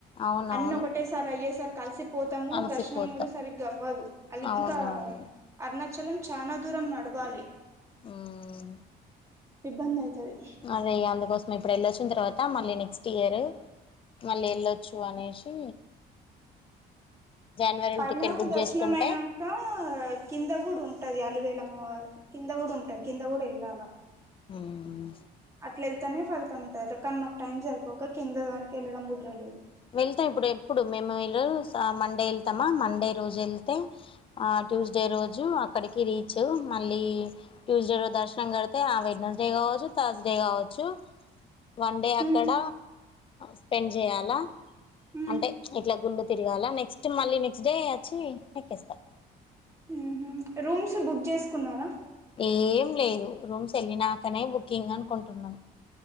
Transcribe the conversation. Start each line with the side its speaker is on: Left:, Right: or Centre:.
Left: అవునవును
Right: అన్నొకటేసారయ్యేసరికి అలసిప్ పోతము
Left: అలసిపోతాం
Right: దర్శనం గూడ సరిగ్గవ్వదు అలి
Left: అవునవును
Right: ఇంకా అరుణాచలం చానా దూరం నడవాలి
Left: మ్మ్
Right: ఇబ్బంది అయితది
Left: అదే ఇగ అందుకోసం ఇప్పుడు వెళ్ళొచ్చిన్తర్వాత మళ్ళీ నెక్స్ట్ ఇయర్ మళ్ళీ ఎళ్ళొచ్చు అనేసి జనవరిలో
Right: పైనా
Left: టికెట్ బుక్
Right: దర్శనమైనా
Left: చేసుకుంటే
Right: కా కింద గూడ ఉంటది అలివేలమ్మ వారిద్ కింద గూడ ఉంటది కింద గూడ ఎళ్ళాల
Left: ఉమ్
Right: అట్లెళ్తనే ఫలితముంటదట కానీ మాక్ టైం సరిపోక కింద దానికి ఎళ్ళడం కుదరలేదు
Left: వెళ్తం ఇప్పుడు ఎప్పుడు మేము ఇగ మండే ఎళ్తమా మండే రోజు ఎళ్తే ఆ ట్యూస్డే రోజు అక్కడికి రీచ్ మళ్ళీ ట్యూస్డే రోజ్ దర్శనం గడితే ఆ వెడ్నస్డే గావచ్చు థర్స్డే గావచ్చు వన్ డే
Right: హ్మ్
Left: అక్కడ స్పెండ్ జేయాలా
Right: హ్మ్
Left: అంటే ఇట్ల గుళ్ళు తిరగాల నెక్స్ట్ మళ్ళీ నెక్స్ట్ డే అచ్చి ఎక్కేస్తం
Right: ఉమ్ హు రూమ్స్ బుక్ జేసుకున్నరా
Left: ఏం లేదు రూమ్స్ ఎళ్ళినాకనే బుకింగ్ అనుకుంటున్నం